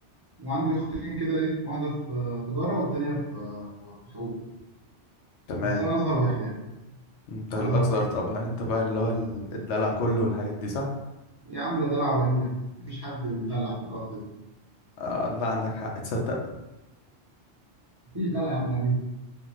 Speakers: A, on the right; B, on the left.
A: وعندي اختين كده ايه واحده في آه، تجاره والتانيه في آه، في حقوق
B: تمام
A: بس انا اصغر واحد يعني
B: انت
A: انا
B: الاصغر
A: اصغر واحد فيهم
B: طبعا انت بقى اللي هو ال- الدلع كله والحاجات دي صح
A: يا عم لا دلع ولا نيله مفيش حد بيتدلع في الوقت ده
B: آه لا عندك حق تصدق
A: مفيش دلع يا عم ولا نيله